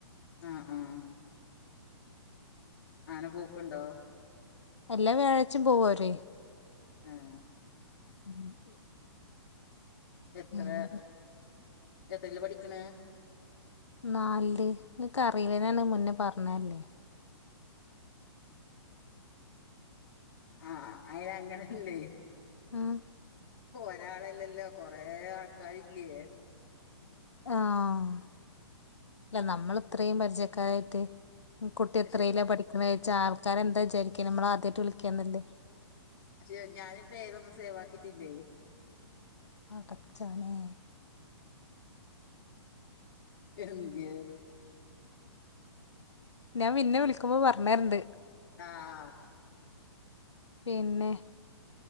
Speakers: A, on the left; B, on the left.
A: ഉം ഉം അങ്ങനെ പോക്ക്ണ്ടോ
B: എല്ലാം വ്യാഴായ്ച്ചി പോകു വര്
A: ഏഹ്
B: <unintelligible>
A: എത്രേ
B: ഏതാ
A: എത്രല് പഠിക്ക്ണ്
B: നാലില് ങ്ങക്ക് അറിയില്ലേ ഞാന് മുന്നേ പറഞ്ഞല്ലേ
A: ആഹ് അയിന് അങ്ങനെല്ലേ
B: ഉം
A: ഒരാളല്ലല്ലോ കൊറെ ആൾക്കാരില്ലയേ
B: ആഹ് ല്ല നമ്മള് ഇത്രേം പരിചയക്കാരായിട്ട് കുട്ടി
A: പക്ഷെ
B: എത്രല്ല പഠിക്കണ വച്ചാ ആൾക്കാരെന്താ വിചാരിക്ക നമ്മള് ആദ്യമായിട്ട് വിളിക്കാന്നല്ലേ
A: ക്ഷെ ഞാന് പേരൊന്നും സേവാക്കിയിട്ടില്ലേ
B: അ പടച്ചോനെ
A: എന്ത്യേ
B: ഞാ പിന്നെ വിളിക്കുമ്പോ പറഞ്ഞരണ്ട്
A: ആഹ്
B: പിന്നെ